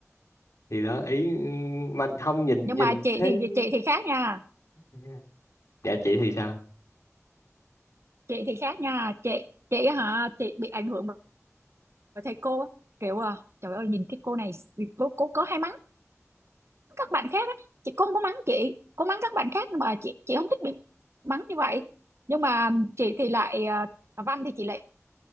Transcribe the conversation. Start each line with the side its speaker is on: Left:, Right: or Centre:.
Left: thì đó ý ừ, mà không nhìn
Right: nhưng
Left: nhìn
Right: mà chị
Left: thấy
Right: thì chị thì khác nha
Left: Dạ. dạ chị thì sao
Right: chị thì khác nha chị chị hả chị bị ảnh hưởng bởi thầy cô á. kiểu à, trời ơi nhìn cái cô này cô cô có hay mắng các bạn khác á chị cô không có mắng chị cô mắng các bạn khác nhưng mà chị chị không thích bị mắng như vậy nhưng mà chị thì lại à, văn thì chị lại